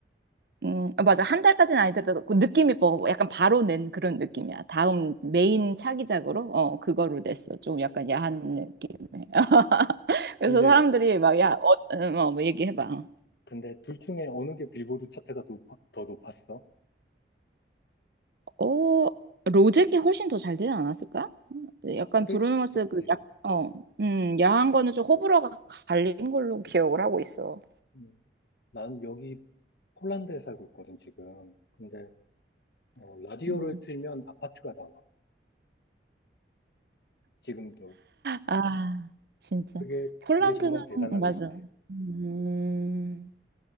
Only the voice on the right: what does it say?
음. 아, 맞아. 한 달까지는 아니더라도 그 느낌이 뭐 약간 바로 낸 그런 느낌이야. 다음 메인 차기작으로 어 그거로 냈어. 좀 약간 야한 느낌에. <laughs> 그래서
사람들이 막 야, 어, 음, 어, 뭐 얘기해봐.
어, 로제께 훨씬 더 잘 되지 않았을까? 약간
브루노 마스 그 약, 어, 음,
야한 거는 좀 호불호가 갈린 걸로 기억을 하고 있어.
음.
아, 진짜.
폴란드는,
음, 맞아.
음,